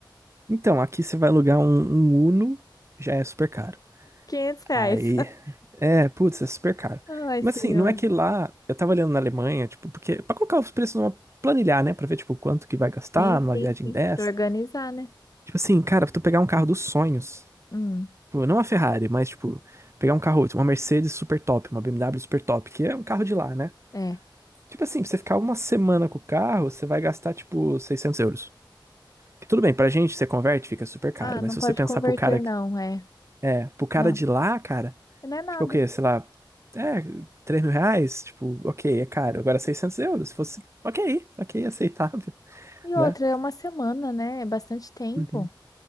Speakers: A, on the right; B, on the left.
A: Então, aqui você vai alugar um, um Uno, já é super caro.
B: 500 reais.
A: Aí.
B: <laughs>
A: É, putz, é super caro.
B: Ai,
A: Mas
B: senhor.
A: assim, não é que lá. Eu tava olhando na Alemanha, tipo, porque. Pra colocar os preços numa. Planilhar, né? Pra ver, tipo, quanto que vai gastar
B: Sim,
A: numa
B: sim,
A: viagem
B: sim.
A: dessa.
B: Pra organizar, né?
A: Tipo assim, cara, pra tu pegar um carro dos sonhos.
B: Hum.
A: Tipo, não uma Ferrari, mas, tipo, pegar um carro, tipo, uma Mercedes super top, uma BMW super top, que é um carro de lá, né?
B: É.
A: Tipo assim, pra você ficar uma semana com o carro, você vai gastar, tipo, 600 euros. Tudo bem, pra gente, você converte, fica super caro.
B: Ah,
A: Mas
B: não
A: se
B: pode
A: você pensar
B: converter,
A: pro cara.
B: não, é.
A: É, pro cara
B: Não,
A: de lá, cara.
B: não é nada.
A: Tipo o quê? Sei lá. É, 3 mil reais? Tipo, ok, é caro. Agora 600 euros. Se fosse. Ok, ok, aceitável, <laughs>
B: E
A: né?
B: outra, é uma semana, né? É bastante tempo.
A: Uhum.